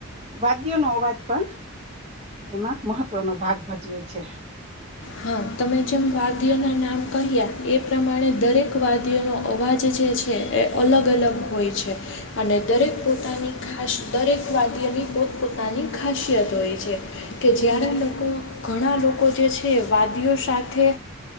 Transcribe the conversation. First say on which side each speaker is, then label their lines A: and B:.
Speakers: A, on the right; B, on the left.
A: વાાગ્યો નો અવાજ પણ એમાં મહત્વનો ભાગ ભજવે છે
B: હા તમે જેમ વાદ્યના નામ કહ્યા એ પ્રમાણે દરેક વાદ્યનો અવાજ જ જે છે એ અલગ અલગ હોય છે અને દરેક પોતાની ખાસ દરેક વાગય ની પોતપતાની ખાસિયત હોય છે કે જ્યારે લોકો ઘણા લોકો જે છે તે વાદીઓ સાથે